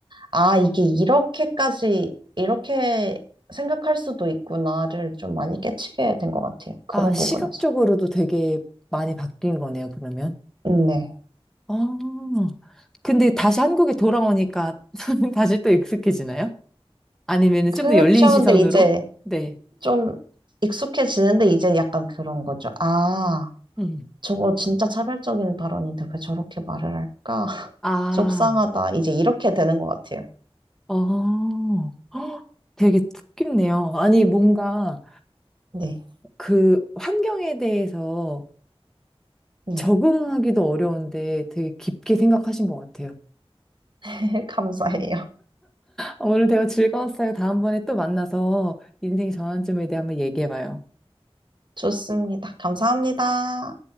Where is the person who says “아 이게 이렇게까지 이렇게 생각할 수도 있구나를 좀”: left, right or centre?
Right